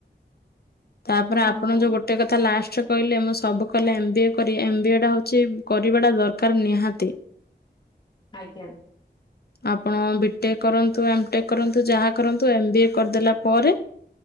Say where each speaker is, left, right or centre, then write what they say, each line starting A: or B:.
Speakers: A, on the left; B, on the left.
A: ତାପରେ ଆପଣ
B: ହଁ ହଉ।
A: ଯୋଉ ଗୋଟେ କଥା ଲାଷ୍ଟରେ କହିଲେ ମୁଁ ସବୁ କଲେ ଏମ୍ ବିଏ କରି ଏମ୍ ବିଏ ଟା ହଉଚି କରିବାଟା ଦରକାର ନିହାତି।
B: ଆଜ୍ଞା।
A: ଆପଣ ବିଟେକ୍ କରନ୍ତୁ ଏମ୍ ଟେକ୍ କରନ୍ତୁ ଯାହା କରନ୍ତୁ ଏମ୍ ବିଏ କରିଦେଲା ପରେ